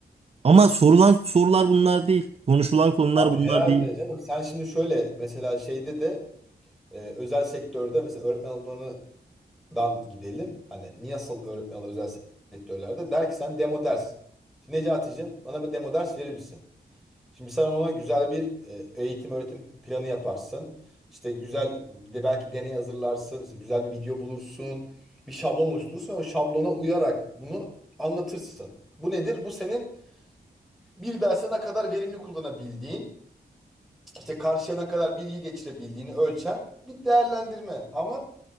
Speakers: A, on the right (about 35°); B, in the centre.
A: Ama sorulan sorular bunlar değil. Konuşulan konular
B: Abi
A: bunlar
B: herhalde
A: değil.
B: canım sen şimdi şöyle mesela şeyde de e, özel sektörde mesela öğretmen alımlarından gidelim. Hani niye asıl öğretmen alımları özel sektörlerde der ki sen demo ders. Necati'cim bana bir demo ders verir misin? Şimdi sen ona güzel bir e, eğitim öğretim planı yaparsın. İşte güzel de belki deney hazırlarsın. işte güzel bir video bulursun. Bir şablon oluşturursun. ve O şablona uyarak bunu anlatırsın. Bu nedir? Bu senin bir derse ne kadar verimli kullanabildiğin, işte karşıya ne kadar bilgi geçirebildiğini ölçen bir değerlendirme. Ama